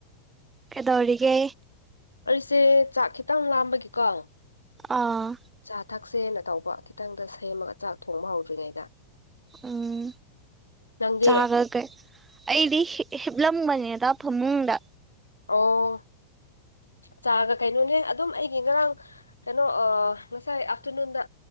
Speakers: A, on the right; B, on the left.
A: ꯀꯗꯣꯧꯒ
B: ꯑꯩꯁꯦ ꯆꯥꯛ ꯈꯤꯇꯪ ꯂꯥꯝꯕꯒꯤꯀꯣ
A: ꯑꯥ
B: ꯆꯥ ꯊꯛꯁꯦꯅ ꯇꯧꯕ ꯈꯤꯇꯪꯗ ꯁꯦꯝꯃꯒ ꯆꯥꯛ ꯊꯣꯡꯕ ꯍꯧꯗ꯭ꯔꯤꯉꯩꯗ
A: ꯎꯝ
B: ꯅꯪꯗꯤ
A: ꯆꯥꯒꯒꯩ ꯑꯩꯗꯤ ꯍꯤꯞꯂꯝꯒꯅꯤ ꯇ ꯐꯃꯨꯡꯗ
B: ꯑꯣ ꯆꯥꯒ ꯀꯩꯅꯣꯅꯦ ꯑꯗꯨꯝ ꯑꯩꯒꯤ ꯉꯔꯥꯡ ꯀꯩꯅꯣ ꯉꯁꯥꯏ ꯑꯥꯐꯇꯔꯅꯨꯟꯗ